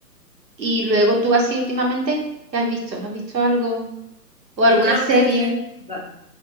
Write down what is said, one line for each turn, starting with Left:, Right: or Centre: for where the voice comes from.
Right: y luego tú así últimamente, ¿qué has visto? ¿Has visto algo? ¿O alguna
Left: yo últimamente
Right: serie?
Left: no estoy viendo nada.